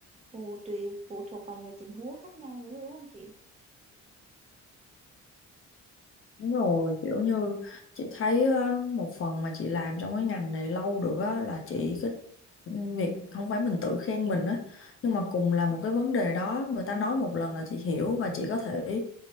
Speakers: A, on the right; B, on the left.
A: phụ tùy phụ thuộc vào nhiều tình huống khác nhau nữa đúng không chị?
B: Đúng rồi, kiểu như chị thấy ờ, một phần mà chị làm trong cái ngành này lâu được á là chị cái việc không phải mình tự khen mình á nhưng mà cùng là một cái vấn đề đó người ta nói một lần là chị hiểu và chị có thể